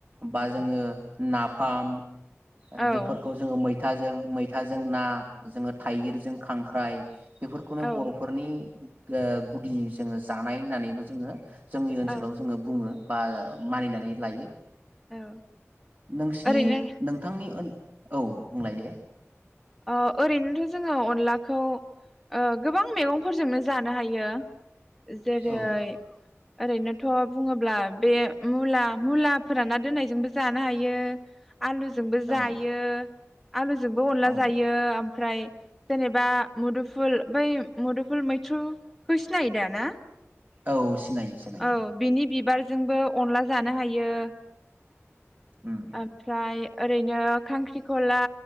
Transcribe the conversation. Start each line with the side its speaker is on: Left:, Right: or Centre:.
Right: बा जोङो नाफाम
Centre: औ
Right: बेफोरखौ जोङो मैथा थाजों मैथाजों ना जोङो थाइगिरजों खांख्राइ बेफोरखौनो
Centre: औ
Right: बरफोरनि ओ गुदि जोङो जानाय होननानैबो जोङो जोंनि ओनसोलाव
Centre: औ
Right: जोङो बुङो। बा मानिनानै लायो।
Centre: औ
Right: नोंसिनि
Centre: ओरैनो
Right: नोंथांनि ओन औ बुंलाय दे।
Centre: अ ओरैनोथ‌ जोङो अनलाखौ ओ गोबां मैगंफोरजोंनो जानो हायो। जेरै
Right: औ
Centre: ओरैनोथ बुङोब्ला बे मुला मुला फोरानना दोननायजोंबो जानो हायो। आलुजोंबो जायो
Right: औ
Centre: आलुजोंबो अनला
Right: औ
Centre: जायो आम ओमफ्राय जेनेबा मुदुफुल बै मुदुफुल मैथ्रुखौ सिनायो दा ना?
Right: औ सिनायो सिनायो
Centre: औ बिनि बिबार जोंबो अनला जानो हायो।
Right: उम
Centre: आरफ्राय ओरैनो खांख्रिखला